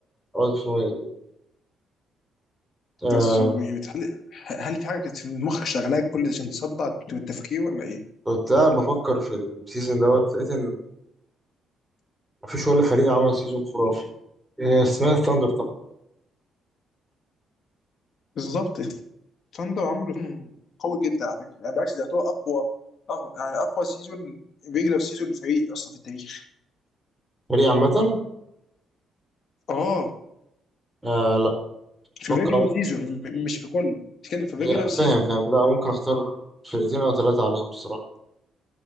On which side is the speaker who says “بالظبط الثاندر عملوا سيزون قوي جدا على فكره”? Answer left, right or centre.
Left